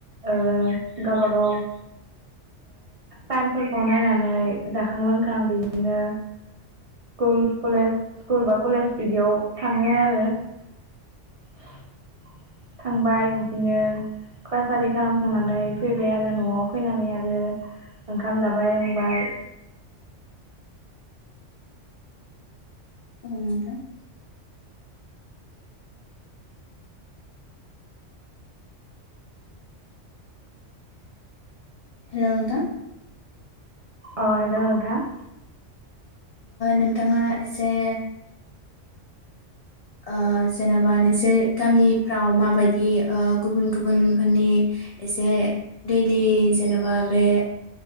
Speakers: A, on the right; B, on the left.
A: ओ। गावबागाव ओ टाइमफोरखौ नायनानै जाखां लोंखां बिदिनो स्कुल कलेज स्कुल बा कलेज बिदियाव थाङो आरो। <inaudible> थांबाय बिदिनो क्लास आरि खालामखांनानै फैबाय आरो नआव फैनानै आरो ओंखाम जाबाय लोंबाय।
B: औ <unintelligible> हेल' नोंथां!
A: अ हेल' नोंथां।
B: नोंथाङा एसे। ओ जेनेबा नोंसोर गामिफ्राव माबायदिओ गुबुन गुबुनफोरनि एसे दैलि जेनेबा बे